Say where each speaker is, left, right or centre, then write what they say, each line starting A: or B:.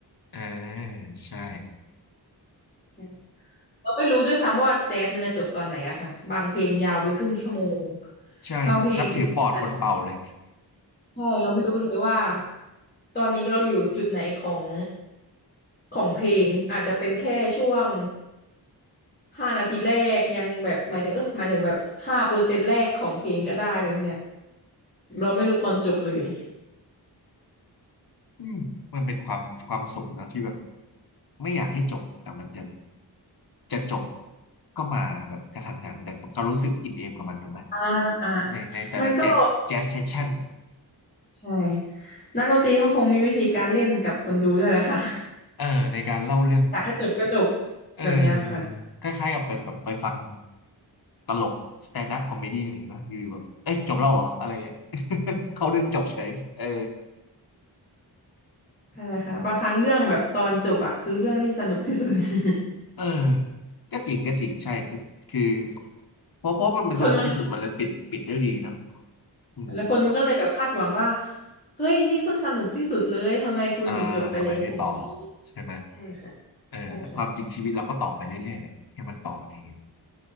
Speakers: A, on the left (about 55°); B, on the left (about 25°).
A: อ่าใช่
B: อืมเราไม่รู้ด้วยซ้ำว่าแจ๊สมันจะจบตอนไหนอะค่ะบางเพลงยาวเป็นครึ่งชั่วโมง
A: ใช่
B: บางเพลงสิบห้านาที
A: นับถือปอดคนเป่าเลย
B: ใช่เราไม่รู้เลยว่าตอนนี้เราอยู่จุดไหนของของเพลงอาจจะเป็นแค่ช่วงห้านาทีแรกยังแบบหมายถึงเออหมายถึงแบบห้าเปอร์เซ็นต์แรกของเพลงก็ได้เลยเนี่ยเราไม่รู้ตอนจบเลย
A: อืมมันเป็นความความสุขนะที่แบบไม่อยากให้จบแต่มันจะจะจบก็มาแบบกระทันหันแต่ก็รู้สึกอิ่มเอมกับมันถูกไหม
B: อ่าอ่า
A: ในในแต่ละแจ๊สแจ๊สเซสชั่น
B: มันก็ ใช่นักดนตรีเขาคงมีวิธีการเล่นกับคนดูด้วยแหละค่ะ
A: เออในการเล่าเรื่องกันนะ
B: <laughs> อยากให้จบก็จบ
A: เออ
B: แบบเนี้ยค่ะ
A: คล้ายๆกับไปแบบไปฟังตลกสแตนด์อัพคอมเมดี้อะไรอย่างเงี้ยป่ะอยู่ๆแบบเอ้ยจบแล้วเหรออะไรเงี้ย <laughs> เข้าเรื่องจบเฉยเออ
B: ใช่ค่ะบางครั้งเรื่องแบบตอนจบอะคือเรื่องที่สนุกที่สุด <laughs>
A: เออก็จริงก็จริงใช่ทุกคือเพราะเพราะมันเป็นสนุกที่สุดมันเลยปิดปิดได้ดีเนาะ
B: คนมัน
A: อืม
B: แล้วคนมันก็เลยแบบคาดหวังว่าเฮ้ยนี่เพิ่งสนุกที่สุดเลยทำไมคุณถึงจบไปแล้วอย่างนี้
A: อ่าทำไมไม่ต่อใช่ไหม
B: ใช่ค่ะ
A: เออแต่ความจริงชีวิตเราก็ต่อไปเรื่อยๆแหละแค่มันต่อใน
B: ใช่ค่ะ